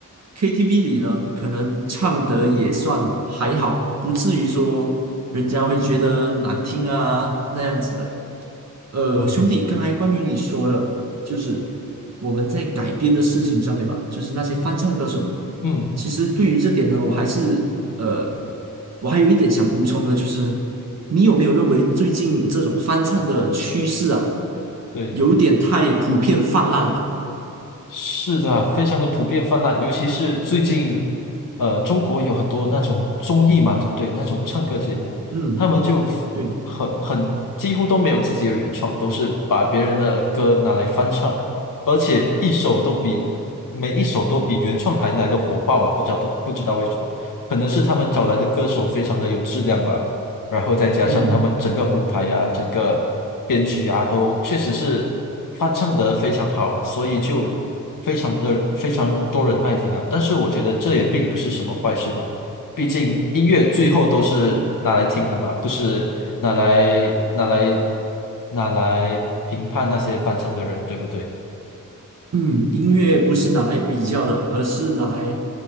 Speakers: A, on the right; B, on the left.
A: KTV 里呢，可能唱得也算还好，不至于说人家会觉得难听啊那样子的。呃，
B: 嗯，
A: 兄弟，刚才关于你说的，就是我们在改编的事情上面嘛，就是那些翻唱歌手，
B: 嗯，
A: 其实对于这点呢，我还是呃，我还有一点想补充的，就是。你有没有认为最近这种翻唱的趋势啊，
B: 对。
A: 有点太普遍泛滥了？
B: 是的啊，非常的普遍泛滥，尤其是最近，呃，中国有很多那种综艺嘛，对不对？那种唱歌节目，
A: 嗯
B: 他们就 f-
A: 对，
B: 很很几乎都没有自己的原创，都是把别人的歌拿来翻唱，而且一首都比每一首都比原创还来的火爆啊！不知道不知道为什么，可能是他们找来的歌手非常的有质量吧，然后再加上他们整个舞台呀，
A: 嗯
B: 整个编曲啊，都确实是翻唱的非常好，所以就非常的非常多人爱听啊。但是我觉得这也并不是什么坏事嘛，毕竟音乐最后都是拿来听的嘛，不是拿来拿来拿来评判那些翻唱的人，对不对？
A: 嗯，音乐不是拿来比较的，而是拿来